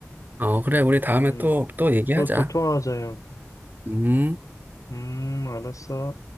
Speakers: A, on the right; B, on the left.
A: 어, 그래. 우리 다음에
B: 음,
A: 또, 또 얘기하자.
B: 또, 또 통화하자, 형.
A: 음.
B: 음, 알았어.